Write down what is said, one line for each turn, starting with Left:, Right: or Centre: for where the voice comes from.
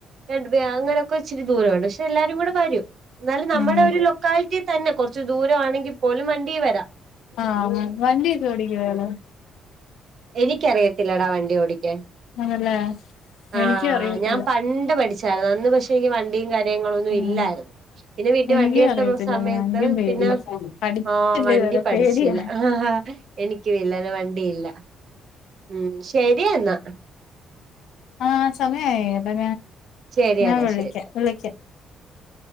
Right: ഞാൻ അങ്ങനെയൊക്കെ ഇച്ചരി ദൂരോ ആണ് പക്ഷെ എല്ലാരും കൂടെവരും എന്നാലും നമ്മടെ
Left: ഉം
Right: ഒരു ലൊക്കാലിറ്റി തന്നെ കുറച്ച് ദൂരമാണെങ്കിൽ പോലും വണ്ടി വരാ
Left: ആഹ് വണ്ടിക്കെ ഓടിക്കോ ഇയാൾ
Right: എനിക്കറിയത്തില്ലടാ വണ്ടി ഓടിക്കാൻ
Left: ആണല്ലേ
Right: ആഹ്
Left: എനിക്കും അറിയത്തില്ല
Right: ഞാൻ പണ്ട് പഠി ചാരുന്ന് അന്ന് പക്ഷെ ങ്കി വണ്ടിയും കാ ര്യങ്ങളൊന്നും
Left: ഉം
Right: ഇല്ലാര്ന്ന് പിന്നെ വീട്ടിൽ
Left: എനിക്കും
Right: വണ്ടിഎടുത്ത
Left: അറിയത്തില്ല
Right: സമയത്ത്
Left: ഞാൻ എനിക്കും പേടിയാ
Right: പിന്ന
Left: പഠിച്ചില്ല
Right: ആഹ് വണ്ടി
Left: ഇതുവരെ
Right: പഠിച്ചില്ല
Left: പേടിയാ
Right: ഹ ഹ എനിക്കും ‌ ഇല്ല വണ്ടിയില്ല മം ശരിഎന്നാ
Left: ആഹ് സമയായിട്ട
Right: ശരിയടാ
Left: ഞാൻ വിളിക്ക
Right: ശരി
Left: വിളിക്ക